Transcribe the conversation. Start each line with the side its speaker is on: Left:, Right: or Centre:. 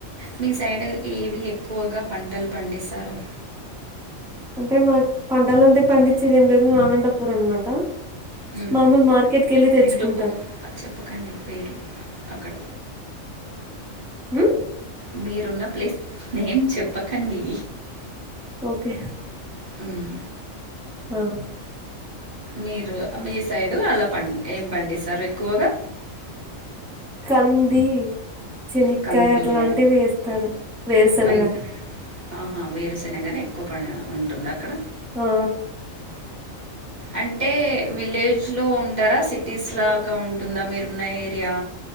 Right: మీ సైడ్ ఏవి ఎక్కువగా పంటలు పండిస్తారు
Centre: అంటే మాకు పంటల అంటే పండించేది ఏం లేదు ఆనంతపూర్ అనమాట
Right: హ్
Centre: మామూలు మార్కెట్ కెళ్ళి తెచ్చుకుంటాం
Right: ఇంటో చెప్పకండి పేరు అక్కడ
Centre: హ్
Right: మీరున్న ప్లేస్ నేమ్ చెప్పకండి
Centre: ఓకే
Right: మ్మ్.
Centre: ఆ
Right: మీరు మీ సైడు అలా పండి ఏం పండిస్తారు ఎక్కువగా
Centre: కంది శనిక్కాయయ
Right: కందులు
Centre: అట్లాంటివి వేస్తారు వేరూశనగా
Right: కం ఆహా వేరుశేనగానే ఎక్కువ పంట ఉంటుంద అక్కడ
Centre: ఆ
Right: అంటే విలేజ్లో ఉంటారా సిటీస్ లాగా ఉంటుందా మీరున్న ఏరియా